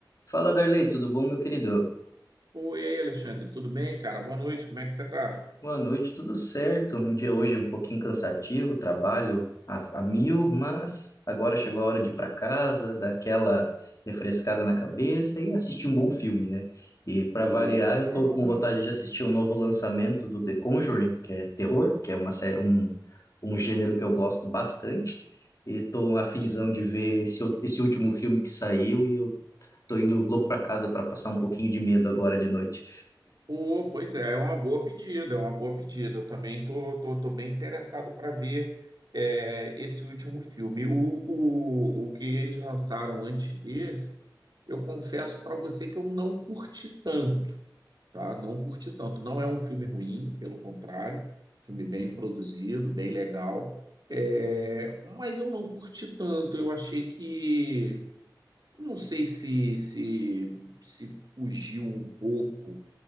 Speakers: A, on the left (about 45°); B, on the right (about 60°).
A: Fala, Darley, tudo bom, meu querido?
B: Oi, e aí, Alexandre, tudo bem, cara? Boa noite, como é que você tá?
A: Boa noite, tudo certo. Um dia hoje um pouquinho cansativo, trabalho a, a mil, mas agora chegou a hora de ir para casa, dar aquela refrescada na cabeça e assistir um bom filme, né? E para
B: Opa,
A: variar, eu tô
B: uma boa,
A: com vontade de assistir o novo lançamento do The Conjuring, que é terror, que é uma sé- um, um gênero que eu gosto bastante. E tô afinzão
B: sim.
A: de ver esse, outro- esse último filme que saiu e eu tô indo louco para casa para passar um pouquinho de medo agora de noite.
B: Pô, pois é, é uma boa pedida, é uma boa pedida. Eu também tô, tô, tô bem interessado para ver é, esse último filme. O, o, o que eles lançaram antes desse, eu confesso para você que eu não curti tanto, tá? Não curti tanto. Não é um filme ruim, pelo contrário, filme bem produzido, bem legal. É, mas eu não curti tanto, eu achei que Não sei se, se, se fugiu um pouco